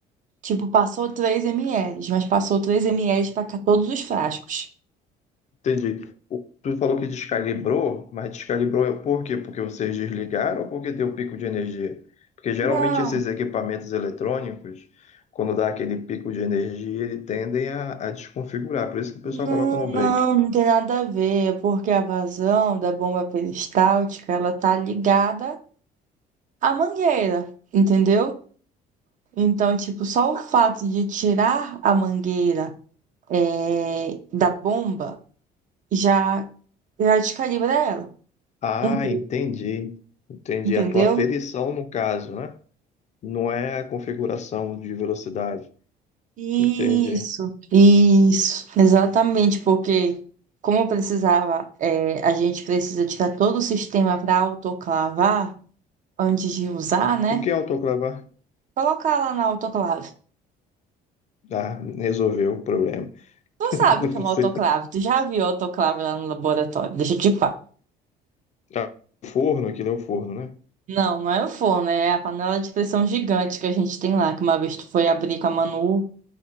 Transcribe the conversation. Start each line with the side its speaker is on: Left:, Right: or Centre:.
Right: Tipo, passou 3 ml, mas passou 3 ml para todos os frascos.
Left: Entendi. O- Tu falou que descalibrou, mas descalibrou é por quê? Porque vocês desligaram ou porque deu pico de energia? Porque geralmente
Right: não
Left: esses equipamentos eletrônicos, quando dá aquele pico de energia, eles tendem a, a desconfigurar. Por isso que o
Right: Não,
Left: pessoal coloca no
Right: não,
Left: break.
Right: não tem nada a ver. É porque a vazão da bomba peristáltica, ela tá ligada à mangueira, entendeu? Então, tipo, só o fato de tirar a mangueira é da bomba já, já descalibra ela.
Left: Ah,
Right: Um pouco,
Left: entendi. Entendi.
Right: entendeu?
Left: A tua aferição, no caso, né? Não é a configuração de velocidade.
Right: Isso,
Left: Entendi.
Right: isso, exatamente, porque como precisava, é a gente precisa tirar todo o sistema para autoclavar antes de usar, né?
Left: O que é autoclavar?
Right: Colocar lá na autoclave.
Left: Ah, resolveu o problema.
Right: Tu
Left: <laughs>
Right: sabe o que é
Left: Não
Right: uma
Left: sei.
Right: autoclave? Tu já viu autoclave lá no laboratório? Deixa eu te falar.
Left: Ah, forno, aquilo é o forno, né?
Right: Não, não é o forno, é a panela de pressão gigante que a gente tem lá, que uma vez tu foi abrir com a Manu